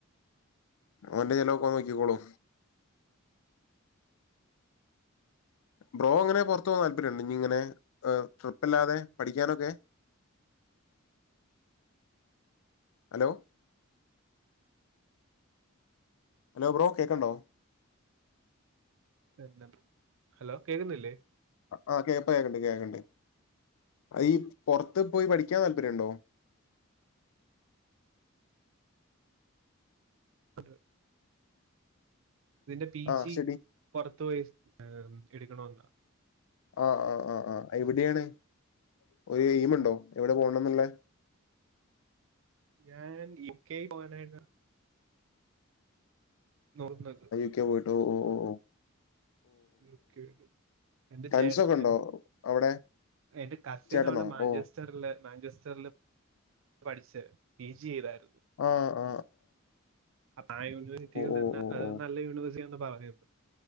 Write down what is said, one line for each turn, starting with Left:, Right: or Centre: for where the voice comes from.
Left: അവൻ്റെ ചിലവൊക്കെഅവൻ നോക്കിക്കോളൂ ഉം ബ്രോ ഇങ്ങനെ പുറത്ത് പോകാൻ താല്പര്യമുണ്ടോ ഇനി ഇങ്ങനെ ട്രിപ്പല്ലാതെ പഠിക്കാനൊക്കെ ഹലോ ഹലോ ബ്രോ കേക്ക്ൺണ്ടൊ
Right: പിന്ന ഹലോ കേക്ക്ന്നില്ലെ
Left: ആഹ് കേപ്പ കേക്ക്ൺണ്ട് കേക്ക്ൺണ്ട് അതീ പൊറത്ത് പോയി പഠിക്കാൻ താല്പര്യണ്ടൊ
Right: അത് ഇതിന്റെ പീ
Left: ആ
Right: ജി
Left: ശരി
Right: പൊറത്ത് പോയി എടുക്കണോന്നാ
Left: ആഹ് ആഹ് ആഹ് എവിടെയാണ് ഒരു എയിമ്ണ്ടൊ എവ്ടെ പോണന്ന്ള്ളെ
Right: ഞാന് യൂ കെ പോവാനായ് നോർ <unintelligible>
Left: ക്കെ പോയ്ട്ടൊ ഓഹ് ഓഹ് ഓഹ്
Right: യൂ ക്കെ എന്റെ
Left: ടൈൽസൊക്കെ
Right: ചേട്ട
Left: ഉണ്ടോ അവിടെ?
Right: എന്റ കസിനാണ്
Left: ചേട്ടനോ?
Right: മാൻഞ്ചെയ്സ്സ്
Left: ഓ.
Right: സ്റ്ററർല് മാൻഞ്ചസ്റ്റർല് പഠിച്ച് പീ ജി ചെയ്താർന്നു
Left: ആഹ് ആഹാ
Right: അപ്പൊ ആഹ് യൂണിവെഴ്സിറ്റിയിൽനിന്ന
Left: ഓ! ഓ!
Right: അയ്
Left: ഓ!
Right: നല്ല യൂണിവേഴ്സ്റ്റി ആന്ന് പറഞിരുന്നു